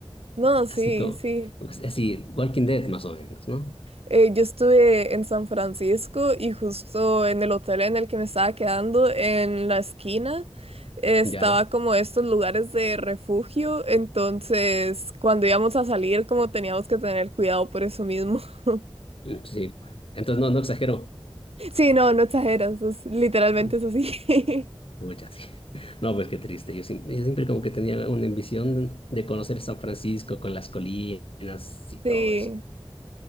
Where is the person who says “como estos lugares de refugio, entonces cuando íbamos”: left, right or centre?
Right